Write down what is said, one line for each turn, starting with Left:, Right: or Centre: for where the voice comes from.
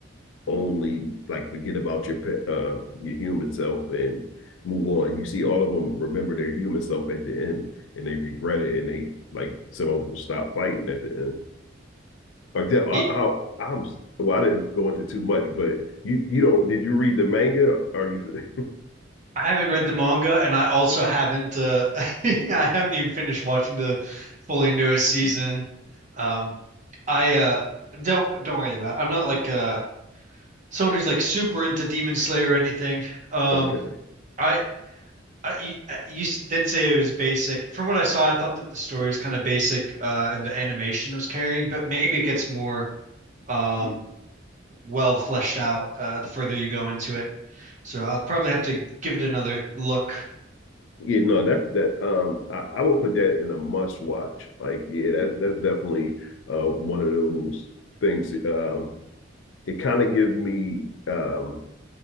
Left: only like forget about your uh your human self and move on. You see, all of them remember their human self at the end, and they regret it, and they like some of them stop fighting at the end. Or de- I,
Right: It,
Left: I, am well, I didn't go into too much, but you you don't did you read the manga? Are you
Right: I haven't read the manga and I also haven't uh <laughs> yeah, I haven't even finished watching the fully newest season.
Left: <laughs>
Right: Um I uh don't don't worry about it. I'm not like uh someone who's like super into Demon Slayer or anything. Um
Left: okay?
Right: I Uh, you, uh, you s- did say it was basic. From what I saw, I thought that the story was kind of basic, uh, and the animation was carrying, but maybe it gets more um
Left: Yeah,
Right: well fleshed out uh the further you go into it. So I'll probably have to give it another look.
Left: yeah, no, that's that. Um, I, I will put that in a must watch. Like, yeah, that, that's definitely uh one of those things. Um, it kind of gives me um